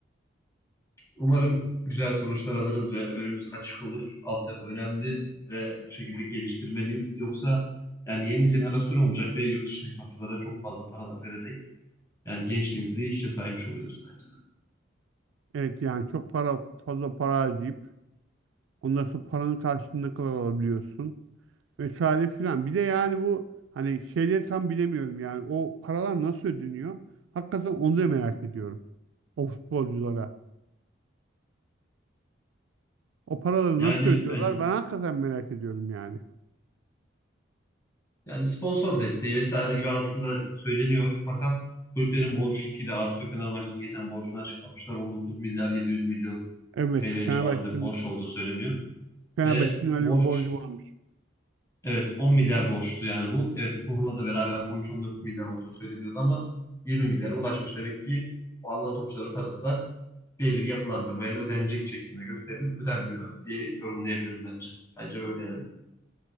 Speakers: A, on the left; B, on the right.
A: Umarım güzel sonuçlar alırız ve önümüz açık olur. Altyapı önemli ve bu şekilde geliştirmeliyiz. Yoksa yani yeni jenerasyon olmayacak ve yurt dışındaki topçulara çok fazla paralar vererek yani gençliğimizi hiçe saymış oluyoruz bence de.
B: Evet yani çok para fazla para harcayıp ondan sonra paranın karşılığını ne kadar alabiliyorsun vesaire filan. Bir de yani bu hani şeyleri tam bilemiyorum yani o paralar nasıl ödeniyor? Hakikaten onu da merak ediyorum. O futbolculara. O paraları
A: Yani
B: nasıl ödüyorlar?
A: ben
B: Ben hakikaten merak ediyorum yani.
A: yani sponsor desteği vesaire gibi altında söyleniyor. Fakat kulüplerin borcu gitgide artıyor. Fenerbahçe'nin geçen borcunu açıklamışlar. 19 milyar 700 milyon
B: Evet,
A: TL
B: Fenerbahçe'nin
A: civarında bir borç olduğu söyleniyor.
B: Fenerbahçe'nin
A: Ve
B: öyle
A: borç
B: bir borcu varmış.
A: evet 10 milyar borçtu yani bu. Evet kurla da beraber 13-14 milyar olduğu söyleniyordu ama 20 milyara ulaşmış. Demek ki o alınan topçuların parası da belli bir yapılandırmayla ödenecek şeklinde gösterilip ödenmiyor diye yorumlayabilirim bence. Bence böyle yani.